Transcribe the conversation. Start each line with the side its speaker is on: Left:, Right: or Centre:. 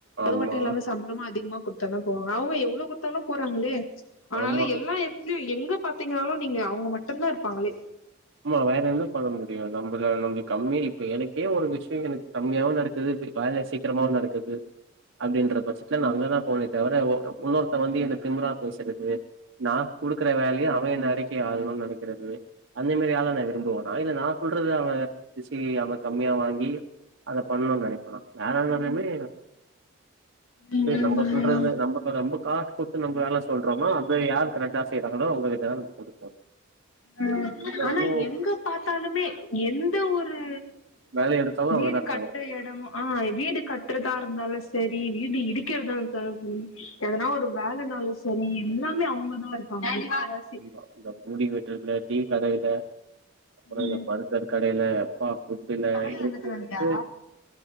Left: அதுமட்டும்
Right: ஆமா
Left: இல்லாம சம்பளமு அதிகமா குடுத்தா தா போவாங்க அவுங்க எவ்ளே குடுத்தாலு போறாங்களே ஆனாலு
Right: ஆமா
Left: எல்லா எடத்துலய ங்க பாத்திங்கனாலு நீங்க அவுங்க மட்டுந்தா இருபாங்களே
Right: ஆமா வேற என்னா பண்ண முடியு நம்மள நம்ம கம்மியா இப்ப எனக்கே ஒரு விஷயோ எனக்கு கம்மியாவு நடக்குது வேல சீக்கிரமாவு நடக்குது அப்டீன்ற பட்சத்துல நா அங்கதா போவே தவிர இன்னொருத்த வந்து என்ன திமுரா பேசுறது நா குடுக்குற வேலயே அவ என்ன அடைக் யாதுனு நெனக்குறது அந்த மேரி ஆள நா விரும்புவனா இல்ல நா சொல்றது அவ மெசி அவ கம்மியா வாங்கி அத பண்ணம்னு நினப்பனா யாரயிருந்தாலுமே
Left: ம்
Right: இது நம்ப
Left: ம்
Right: சொல்றதுல்ல நம்ப ப நம்ப காசு குடுத்து நம்ப வேல சொல்றோமா அந்த யாருகட காசு செய்றாங்களோ அவுங்ககிட்ட தா நம்ம குடுப்போ
Left: அ
Right: இதுல
Left: ஆனா
Right: வந்து
Left: எங்க பாத்தாலுமே எந்த ஒரு
Right: வேல எடுத்தவங்க
Left: வீடு
Right: அவங்கதா இருக்காங்க
Left: கட்ற எடமு ஆ வீடு கட்றதா இருந்தாலு சேரி வீடு இடிக்கிறதா இருந்தாலு சேரி எதனா ஒரு வேலனாலு சரி எல்லாமே அவுங்கதா இருக்காங்க முக்காவாசி
Right: ஆமா இந்த முடி வெட்றதுல டீ கடைல அப்றோ
Left: ம்
Right: இந்த பர்கர் கடைல அப்பா ஃபுட்டுல
Left: தமிழ்
Right: ஏ
Left: எழுதுனதியா
Right: டூ செட்டு